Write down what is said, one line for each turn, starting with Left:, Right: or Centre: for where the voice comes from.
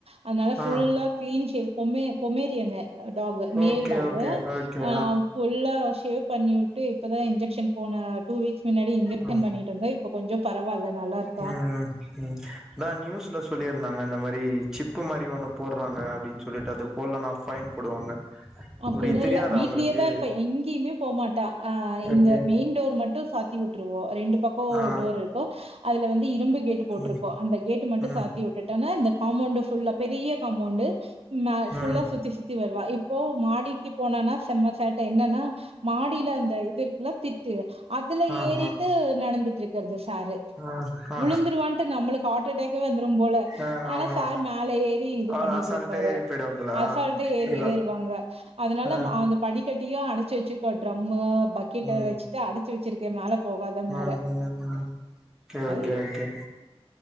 Right: அதுனால ஃபுல்லா
Centre: ஆ
Right: கிளீன்ஷேவ் பொமே பொமேரியனு டாகு மேல்
Centre: ஓகே
Right: டாகு
Centre: ஓகே ஓகே
Right: ஆ ஃபுல்லா ஷேவ் பண்ணிவுட்டு இப்பதா இ்ஞ்ஜெக்க்ஷன் ஆ டூ வீக்ஸ் முன்னாடி இன்ஜெக்ஷன்
Centre: ஆ
Right: பண்ணிட்டு வந்து இப்ப கொஞ்சொ பரவால்ல நல்லா இருக்கா
Centre: ம் ம் ம் அதா நியூஸ்ல சொல்லிருந்தாங் க இந்த மாரி சிப்பு மாரி ஒன்னு போர்றாங்க அப்டின் சொல்லிட்டு அது போல்லனா ஃபைன் போடுவாங்க
Right: அப்பில்லா
Centre: அப்டி தெரியாதா
Right: இல்ல வீட்லயே
Centre: உங்களுக்கு
Right: தா இருப்பா எங்கயுமே போ மாட்டா ஆ இந்த
Centre: ஓகே
Right: மெயின் டோர் மட்டு சாத்தி வுட்ருவோ ரெண்டு பக்கோ
Centre: ஆ
Right: டோர் இருக்கு அதுல வந்து இரும்பு கேட்டு போட்ருக்கோ
Centre: ம்
Right: அந்த கேட்டு மட்டு
Centre: ம்
Right: சாத்தி உட்டுட்டனா இந்த காம்பௌண்டு ஃபுல்லா பெரிய காம்போண்டு மேல் ஃபுல்லா
Centre: ம்
Right: சுத்தி சுத்தி வருவா இப் இப்போ மாடிக்கு போனானா செம்ம சேட்ட என்னன்னா மாடியில அந்த இது இருக்குல்ல திட்டு அதுல
Centre: ஆ
Right: ஏறிட்டு
Centre: ஆ
Right: நடந்துட் ட்ருக்குறது தாரு
Centre: ஆ ஆ
Right: உழுந்துருவான்ட்டு நம்மளுக் ஆட்டடேக்கு வந்துரும் போல
Centre: ஆ
Right: ஆனா
Centre: ஆமா
Right: சார் மேல ஏறி இது
Centre: ஆ
Right: பண்ணிட்டு
Centre: அசால்ட்டா
Right: இருப்பாரு
Centre: ஏறி போயிடுவாங்களா
Right: அசால்ட்டா ஏறி
Centre: அதா
Right: ஏறு ங்க அதனால
Centre: ஆ
Right: மா அந்த படி கிரிக்கெட்டடியு அடச்சு வெச்சு காட்றோம்மா பக்கெட்ட
Centre: ம்
Right: வெச்சுட்டு அடச்சு வெச்சுருக் ய மேலப் போகாத மாற
Centre: ம் ம் ம் ஓகே
Right: அய்
Centre: ஓகே ஓகே